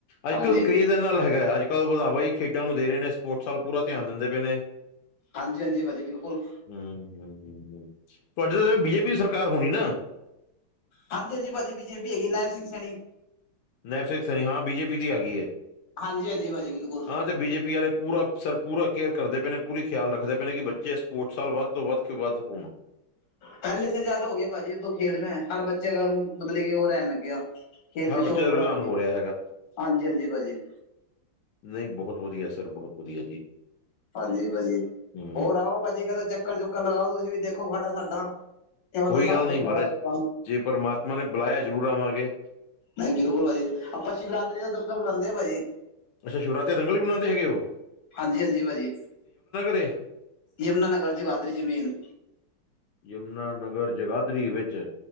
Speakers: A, on the left (about 80°); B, on the left (about 60°).
A: ਅੱਜ-ਕੱਲ
B: ਹਾਂਜੀ
A: ਕਰੇਜ਼ ਏਦੇ ਨਾਲ ਹੈਗਾ, ਅੱਜ-ਕੱਲ ਵਦਾਵਾ ਈ ਖੇਡਾਂ ਨੂੰ ਦੇ ਰਏ ਨੇ। ਸਪੋਟਸ ਵੱਲ ਪੂਰਾ ਧਿਆਨ ਦਿੰਦੇ ਪਏ ਨੇ।
B: ਹਾਂਜੀ-ਹਾਂਜੀ ਭਾਅ ਜੀ ਬਿਲਕੁਲ।
A: ਹੂੰ-ਹੂੰ-ਹੂੰ-ਹੂੰ, ਤੁਆਡੇ ਤਾਂ ਫਿਰ ਬੀਜੇਪੀ ਦੀ ਸਰਕਾਰ ਹੋਨੀ ਨਾ।
B: ਹਾਂਜੀ-ਹਾਂਜੀ ਭਾਜੀ ਬੀਜੇਪੀ ਹੈਗੀ ਨਹਿਰ ਸਿੰਘ ਸੈਣੀ।
A: ਨਹਿਰ ਸਿੰਘ ਸੈਣੀ ਹਾਂ ਬੀਜੇਪੀ ਦੀ ਆਗੀ ਐ,
B: ਹਾਂਜੀ ਹਾਂਜੀ ਭਾਜੀ ਬਿਲਕੁਲ
A: ਹਾਂ ਤੇ ਬੀਜੇਪੀ ਆਲੇ ਪੂਰਾ ਸਰ ਪੂਰਾ ਕੇਅਰ ਕਰਦੇ ਪਏ ਨੇ ਪੂਰੀ ਖਿਆਲ ਰੱਖਦੇ ਪਏ ਨੇ ਕੀ ਬੱਚੇ ਸਪੋਟਸ ਵੱਲ ਵੱਦ ਤੋਂ ਵੱਦ-ਵੱਦ ਕੇ ਹੋਨ
B: ਪੈਲੇ ਸੇ ਜਾਦਾ ਹੋ ਗਿਆ ਭਾਜੀ ਖੇਲਨਾ ਐ ਮੇ ਹਰ ਬੱਚੇ ਕਾ ਮਤਲਬ ਕੇ ਓ ਰੈਨ ਲੱਗੇਆ। ਖੇਲ ਮੇਂ
A: ਹਰ
B: ਸ਼ੌਕ
A: ਬੱਚੇ ਦਾ
B: ਬੜਾ
A: ਰੁਝਾਨ
B: ਵਦੀਆ,
A: ਹੋ ਰਿਹਾ
B: ਹਾਂਜੀ-ਹਾਂਜੀ ਭਾਜੀ।
A: ਨਈਂ ਬਹੋਤ ਵਦੀਆ ਸਰ ਬਹੋਤ ਵਦੀਆ ਜੀ।
B: ਹਾਂਜੀ ਭਾਜੀ,
A: ਹੂੰ
B: ਹੋਰ ਆਓ ਭਾਜੀ ਕਦੋ ਚੱਕਰ-ਚੁੱਕਰ ਲਗਾਓ ਤੁਸੀਂ ਵੀ ਦੇਖੋ ਖਾੜਾ ਸਾਡਾ ਇਹੋ
A: ਕੋਈ
B: ਤਾਂ ਹਿਸਾਬ
A: ਗੱਲ
B: ਦਾ
A: ਨੀ
B: ਬਣਾਇਆ
A: ਮਾਰਾਜ,
B: ਹੋਇਆ ਆਪਾਂ
A: ਜੇ ਪਰਮਾਤਮਾ ਨੇ ਬੁਲਾਇਆ ਜ਼ਰੂਰ ਆਵਾਂਗੇ।
B: ਨਈਂ ਬਿਲਕੁਲ ਭਾਜੀ, ਆਪਾਂ ਸ਼ਿਵਰਾਤਰੀ ਦਾ ਦੰਗਲ ਕਰਾਂਦੇ ਆਂ ਭਾਜੀ।
A: ਅੱਛਾ ਸ਼ਿਵਰਾਤਰੀ ਤੇ ਦੰਗਲ ਵੀ ਬਨਾਂਦੇ ਹੈਗੇ ਓ।
B: ਹਾਂਜੀ-ਹਾਂਜੀ ਭਾਜੀ,
A: ਏ
B: ਯਮੁਨਾਨਗਰ ਜਗਾਦਰੀ ਚ ਮੇਨ।
A: ਯਮੁਨਾਨਗਰ ਜਗਾਦਰੀ ਵਿੱਚ